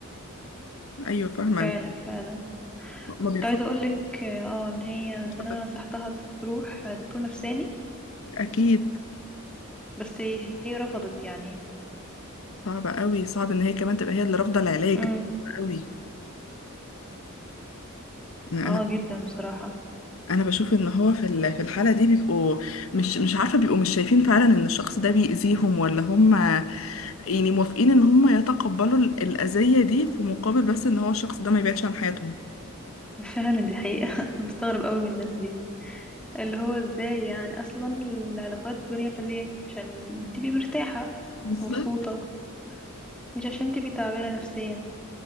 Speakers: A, on the left; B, in the centre.
A: ايوه فاهمه
B: فعلا فعلا كنت
A: ما بيرفض
B: عايزة أقولك اه آه، إن هي
A: اتفضلي
B: إن أنا نصحتها تروح دكتور نفساني
A: اكيد
B: بس هي رفضت يعني
A: صعبه قوي صعب ان هي كمان تبقى هي اللي رافضه العلاج
B: مم.
A: ده صعب قوي انا
B: اه جدا بصراحة
A: انا بشوف ان هو في ال- في الحاله دي بيبقوا مش مش عارفه بيبقوا مش شايفين فعلا ان الشخص ده بيأذيهم ولا هم يعني موافقين ان هم يتقبلوا ال- الأذية دي في مقابل بس ان هو الشخص ده ما يبعدش عن حياتهم
B: فعلا دي حقيقة <laughs> بستغرب قوي من الناس دي اللي هو ازاي يعني اصلا العلاقات بنيت ليه عشان تبقي مرتاحة
A: بالظبط
B: مبسوطة مش عشان تبقي تعبانة نفسيا